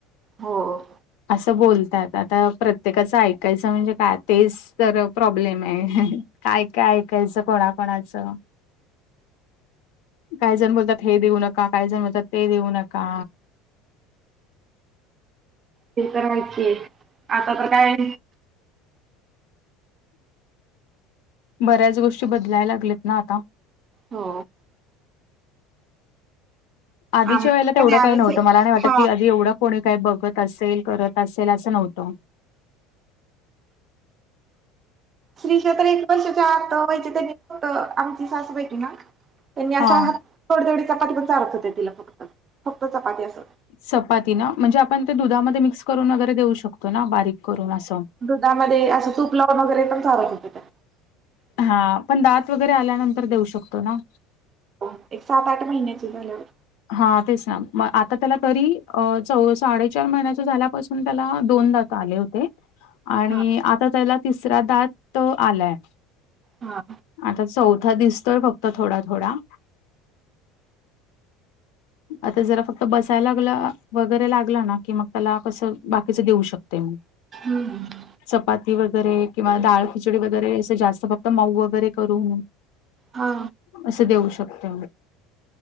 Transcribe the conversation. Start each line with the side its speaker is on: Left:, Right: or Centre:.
Right: हो हो.
Left: असं बोलतात आता प्रत्येकाचं ऐकायचं म्हणजे काय, तेच तर प्रॉब्लेम हाय. काय काय ऐकायचं कोणा कोणाचं. काही जण बोलतात हे देऊ नका काहीजण बोलतात ते देऊ नका.
Right: ते करायचीय आता तर काय.
Left: बऱ्याच गोष्टी बदलायला लागल्यात ना आता.
Right: हो.
Left: आधीच्या
Right: आम
Left: वेळेला तेवढं
Right: आम्ही
Left: कायव्हतं
Right: स
Left: मला नाही वाटत
Right: हा
Left: की आधी एवढं कोणी काही बघत असेल करत असेल असं नव्हतं.
Right: श्री क्षेत्र एक वर्षाच्या आत व्हायचे त्यां होत आमची सासबेटी ना. त्यांनी अशा
Left: हा
Right: हात चपाती पण चालत होते तिला फक्त फक्त चपाती असत.
Left: चपाती ना म्हणजे आपण ते दुधामध्ये मिक्स करून वगैरे देऊ शकतो ना बारीक. करून असं.
Right: दुधामध्ये असं तूप लावून वगैरे पण सारत होते त्या.
Left: हा पण दात वगैरे आल्यानंतर देऊ शकतो ना.
Right: हो एक सात आठ महिन्याची झाल्यावर.
Left: हा तेच ना म आता त्याला तरी चौ साडेचार महिन्याच झाल्यापासून त्याला दोनदा त आले होते आणि
Right: हा
Left: आता त्याला तिसरा दात आलाय.
Right: हा.
Left: आता चौथा दिसतोय फक्त थोडा थोडा. आता जरा फक्त बसायला लागला. वगैरे लागला ना, कि मग त्याला कसं बाकीचं देऊ शकते मग.
Right: हम्.
Left: चपाती वगैरे किंवा ाळ खिचडी वगैरे असं जास्त फक्त मऊ वगैरे करून.
Right: हा.
Left: असं देऊ शकत.